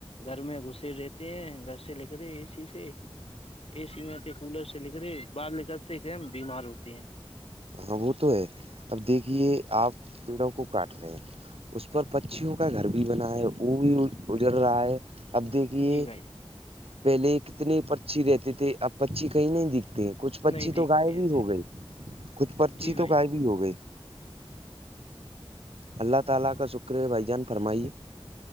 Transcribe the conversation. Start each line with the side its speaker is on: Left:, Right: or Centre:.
Left: گھر میں گھسے رہتے ہیں گھر سے لے کر اے سی سے اے سی میںتی کولر سے نک رہے بعد ل کرتے کہ ہم بیمار ہوتے ہیں
Right: ہاں وہ تو ہے اب دیکھیے آپ پیڑوں کو کاٹ رہے ہیں اس پر پچیوں کا گھر بھی بنا ہے وہ بھی گزر رہا ہے اب دیکھیے
Left: جی بھائی
Right: پہلے کتنے پرچھی رہتے تھے اب پچھی کہیں نہیں دکھتے کچھ
Left: جان
Right: پچی
Left: نہیں دیکھتے
Right: تو ائب
Left: ہیں
Right: بھی ہو
Left: صحیح
Right: گئی کچھ پرچی
Left: جی بھائی
Right: تو ائب بھی ہو گئی اللہ تعالی کا شکر ہے بھائی جان فرمائیے